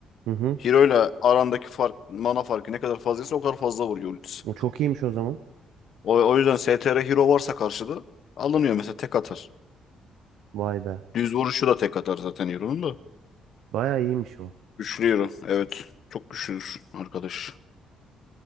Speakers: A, on the right; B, on the left.
A: Hı hı.
B: Hero ile arandaki fark mana farkı ne kadar fazlaysa o kadar fazla vuruyor ultisi.
A: O çok iyiymiş o zaman.
B: O, o yüzden STR hero varsa karşıda alınıyor mesela tek atar.
A: Vay be.
B: Düz vuruşu da tek atar zaten hero'nun da.
A: Bayağı iyiymiş o.
B: Güçlü hero evet. Çok güçlüdür arkadaş.